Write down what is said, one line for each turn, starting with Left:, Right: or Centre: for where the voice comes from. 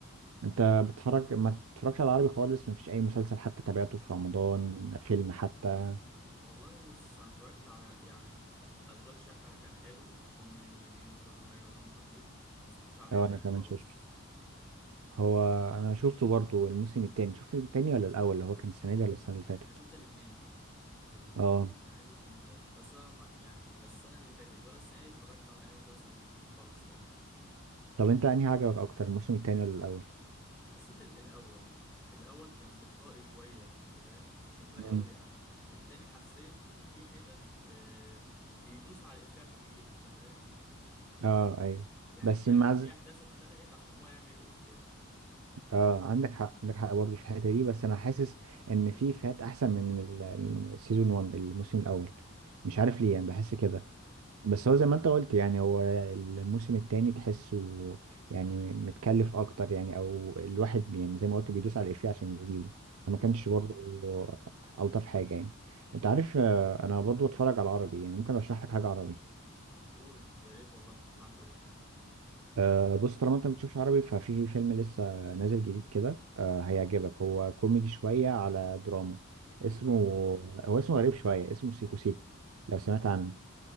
Right: انت بتتفرج ما بتتفرجش على عربي خالص ما فيش اي مسلسل حتى تابعته في رمضان
Centre: أوه.
Right: فيلم حتى
Centre: والله بص انا اتفرجت على يعني اشغال شقه كان حلو كوميدي وجميل وكل حاجه ودمه خفيف بس ما اتفرجش على حاجه
Right: اه
Centre: تاني
Right: انا كمان
Centre: خالص
Right: شفته هو انا شفته برضو الموسم التاني شفت التاني ولا الاول اللي هو كان السنه دي ولا السنه اللي فاتت
Centre: انا شفت الاثنين السنه
Right: اه
Centre: دي والسنه اللي فاتت بس بقى ما- يعني لا السنه اللي فاتت ولا السنه دي اتفرجت على اي مسلسل خالص تاني
Right: طب انت انهي عجبك اكتر الموسم التاني ولا الاول
Centre: حسيت ال- الأول الأول كان تلقائي شوية أنت فاهم تلقائي
Right: امم
Centre: أوي يعني التاني حسيت إن في حتت آه، بيدوس على الإفيه عشان يجيبه أنت فاهم
Right: اه ايوه
Centre: يعني
Right: بس
Centre: في
Right: مع
Centre: أح- في
Right: ز-
Centre: أحداث اتخلقت عشان هو يعمل الإفيه
Right: اه عندك حق عندك حق برضه في الحته دي بس انا حاسس ان في فات احسن من ال- ال- السيزون 1 الموسم الاول مش عارف ليه يعني بحس كده بس هو زي ما انت قلت يعني هو الموسم التاني تحسه يعني متكلف اكتر يعني او الواحد يعني زي ما قلت بيدوس على الإفيه عشان يجيبه فما
Centre: أيوه
Right: كانش
Centre: أيوه
Right: برضه الطف حاجه يعني انت عارف آه، انا برضه بتفرج على العربي يعني ممكن ارشح لك حاجه عربي
Centre: قول يا ريت والله تكون حاجة كويسة يعني
Right: أه بص طالما انت ما بتشوفش عربي ففي فيلم لسه نازل جديد كده أه هيعجبك
Centre: مم.
Right: هو كوميدي شوية على دراما اسمه
Centre: تمام
Right: هو اسمه غريب شوية اسمه سيكو سيكو لو سمعت عنه